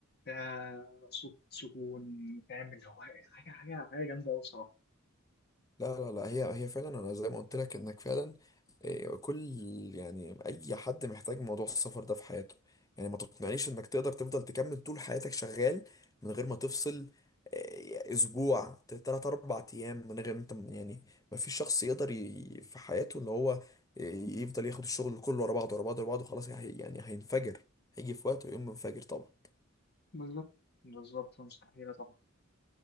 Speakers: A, on the left (about 55°); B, on the left (about 15°).
A: آه، صوت سكون فاهم اللي هو حاجة حاجة حاجة جامدة أوي بصراحة
B: لا لا لا هي هي فعلا انا زي ما قلت لك انك فعلا إيه، كل يعني اي حد محتاج موضوع السفر ده في حياته يعني ما تقنعنيش انك تقدر تفضل تكمل طول حياتك شغال من غير ما تفصل إيه، اسبوع تلات اربع ايام من غير ما انت يعني ما فيش شخص يقدر ي- في حياته اللي هو إيه، يفضل ياخد الشغل كله ورا بعضه ورا بعضه ورا بعضه خلاص هي- يعني هينفجر هيجي في وقت ويقوم منفجر طبعا
A: بالظبط بالظبط مستحيلة طبعا